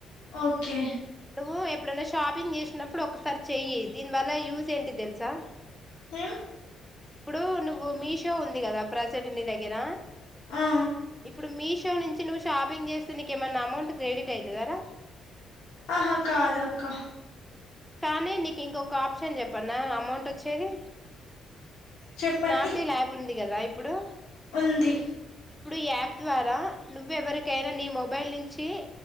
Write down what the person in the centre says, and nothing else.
నువ్వు ఎప్పుడైనా షాపింగ్ చేసినప్పుడు ఒకసారి చెయ్యి దీని వల్ల యూస్ ఏంటి తెలుసా
ఇప్పుడు నువ్వు మీషో ఉంది కదా ప్రజెంట్ నీ దగ్గర
ఇప్పుడు మీషో నుంచి నువ్వు షాపింగ్ చేస్తే నీకేమైన్నా అమౌంట్ క్రెడిట్ అవుతుందారా
కానీ నీకు ఇంకొక ఆప్షన్ చెప్పన్న అమౌంట్ వచ్చేది
స్నాప్డీల్ యాప్ ఉంది కదా ఇప్పుడు
ఇప్పుడు ఈ యాప్ ద్వారా నువ్వు ఎవరికైనా నీ మొబైల్ నుంచి